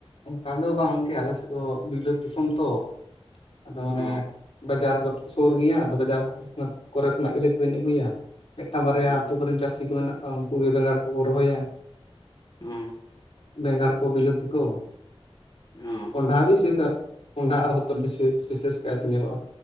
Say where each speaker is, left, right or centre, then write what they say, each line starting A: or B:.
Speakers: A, on the left; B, on the left.
A: ᱚᱱᱠᱟ ᱫᱚ ᱵᱟᱝ ᱜᱮ ᱟᱞᱮ ᱥᱮᱫ ᱫᱚ ᱵᱤᱞᱟᱹᱛ ᱫᱤᱥᱚᱢ ᱛᱚ᱾ ᱟᱫᱚ ᱚᱱᱮ
B: ᱚ
A: ᱵᱟᱡᱟᱨ ᱥᱩᱨ ᱜᱮᱭᱟ ᱟᱫᱚ ᱵᱟᱡᱟᱨ ᱠᱚ ᱨᱮ ᱠᱷᱚᱱᱟᱜ ᱜᱮᱞᱮ ᱠᱤᱨᱤᱧ ᱟᱹᱜᱩᱭᱟ ᱢᱤᱫᱴᱟᱝ ᱵᱟᱨᱭᱟ
B: ᱚ
A: ᱟᱹᱛᱩ ᱠᱚᱨᱮᱱ ᱪᱟᱹᱥᱤ ᱠᱚ ᱢᱮᱱᱟᱜ ᱠᱚᱣᱟ ᱩᱱᱠᱩ ᱜᱮ ᱵᱮᱸᱜᱟᱲ ᱠᱚᱠᱚ ᱨᱚᱦᱚᱭᱟ ᱾
B: ᱚ
A: ᱵᱮᱸᱜᱟᱲ ᱠᱚ ᱵᱤᱞᱟᱹᱛᱤ ᱠᱚ
B: ᱚ
A: ᱠᱚᱱᱰᱦᱟ ᱵᱤ ᱥᱮᱠᱟᱜ ᱠᱚᱱᱰᱷᱟ ᱟᱨ ᱦᱚᱛᱚᱫ ᱵᱤᱥᱮᱥ ᱵᱤᱥᱮᱥ ᱠᱟᱭᱛᱮ ᱧᱮᱞᱚᱜ-ᱟ